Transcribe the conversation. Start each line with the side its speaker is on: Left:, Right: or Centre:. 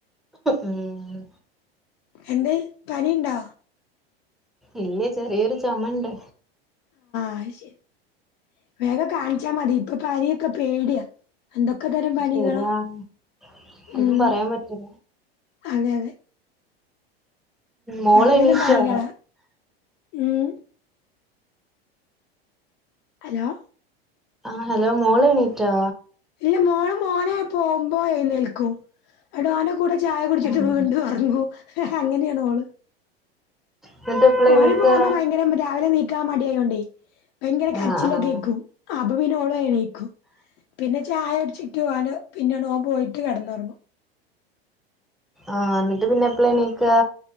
Centre: ഉം
Left: എന്തേയ് പനിണ്ടോ?
Centre: ഇല്ലെയ്‌ ചെറിയൊരു ചൊമണ്ട്.
Left: അയ്ശേരി വേഗം കാണിച്ചാ മതി ഇപ്പൊ പനിയൊക്കെ പേടിയാ എന്തൊ ക്കെ തരം പനികളാ
Centre: ശരിയാണ് ഒന്നും
Left: ഉം
Centre: പറയാൻ പറ്റില്ല
Left: അതെയതെ
Centre: മോള്
Left: പലതരം
Centre: എണീറ്റോ
Left: പനികള ഉം ഹലോ?
Centre: ആഹ് ഹലോ മോളെ ണീറ്റാ
Left: ഇല്ല മോള് മോനെ പോകുമ്പോ എയ്ന്നേൽക്കും. ന്നട്ട് ഓന്റെ കൂടെ ചായ
Centre: ആഹ്
Left: കുടിച്ചിട്ട് വീണ്ടും ഒറ ങ്ങും അങ്ങനെയാണ് ഓള്.
Centre: എന്നിട്ട് എപ്പളാ
Left: ഓന്
Centre: എണീക്കാ
Left: പോകുമ്പോ ഭയങ്കരം രാവിലെ നീക്കാൻ മടി ആയോണ്ടേ? ഭയങ്കര
Centre: ആഹ്
Left: കരച്ചിലൊക്കെക്കും
Centre: ആഹ്
Left: അപ്പോപ്പിന്നെ ഓളും എണീക്കും. പിന്നെ ചായ കുടിച്ചിട്ട് ഓന് പിന്നെണ് ഓൻ പോയിട്ട് കിടന്ന് ഒറങ്ങും.
Centre: ആഹ് ന്നട്ട് പിന്നെ എപ്പള എണീക്കാ